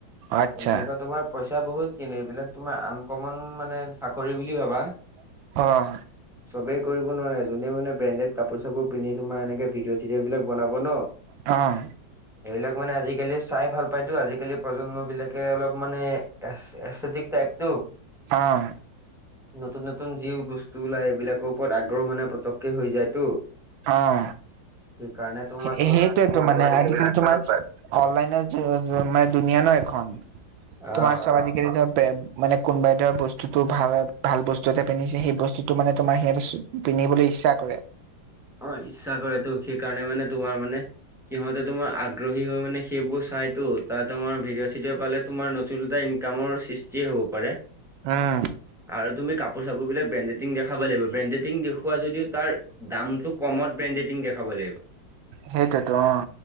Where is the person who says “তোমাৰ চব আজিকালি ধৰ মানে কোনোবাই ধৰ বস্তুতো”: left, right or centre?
Right